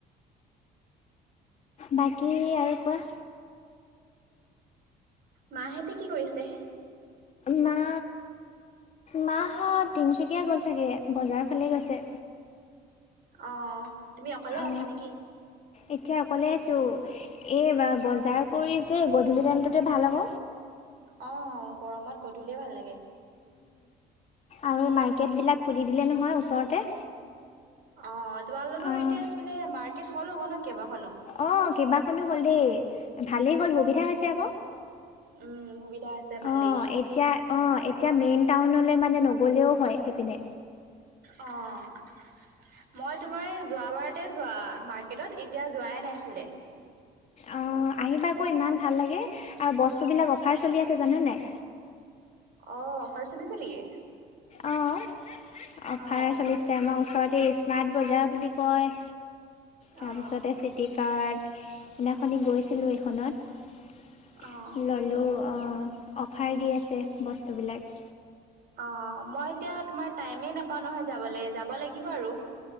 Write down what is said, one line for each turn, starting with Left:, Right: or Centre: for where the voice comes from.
Left: বাকী আৰু কোৱা।
Right: মাহেতে কি কৰিছে।
Left: মা মাহত তিনচুকীয়া গল চাগে বজাৰ ফালে গৈছে।
Right: অ', তুমি অকলে
Left: অ,
Right: আছা নেকি?
Left: এতিয়া অকলে আছো। এই বা বজাৰ কৰি যে গধূলি টাইমটোতে ভাল হ'ব।
Right: অহ', গৰমত গধূলিয়ে ভাল লাগে।
Left: আৰু এই মাৰ্কেট বিলাক খুলি দিলে নহয় ওচৰতে।
Right: অ' তোমালোকৰ
Left: অঁ
Right: এতিয়া সিফালে মাৰ্কেট হ'ল অ'ক ন কেইবাখনো।
Left: অ' কেইবাখনো হ'লে ভালেই হ'ল সুবিধা
Right: উম,
Left: হৈছে আকৌ।
Right: উম, সুবিধা আছে ভালেই।
Left: অ' এতিয়া অ' এতিয়া মেইন টাউনলৈ মানে নগ'লেও হয় সেইপিনে
Right: অ' মই তোমাৰ এই যোৱাবাৰতে যোৱা মা কেইটাত এতিয়া যোৱাই নাই সিফালে
Left: অ' আহিবা আকৌ ইমান ভাল লাগে আৰু বস্তু বিলাক অফাৰ চলি আছে জানেনে নাই?
Right: অ' অফাৰ চলিছে নেকি?
Left: অ' অফাৰ
Right: অ',
Left: চলিছে আমাৰ ওচৰত দি স্মাৰ্ট বজাৰ বুলি কয়। তাৰপিছতে
Right: অ',
Left: চিটি কাৰ্ড সিদিনাখনি গৈছিলোঁ এইখনত
Right: অ'।
Left: ললোঁ। অফাৰ দি আছে বস্তুবিলাক।
Right: অ' মই এতিয়া তোমাৰ টাইমে নাপাওঁ নহয় যাবলৈ যাব লাগিব আৰু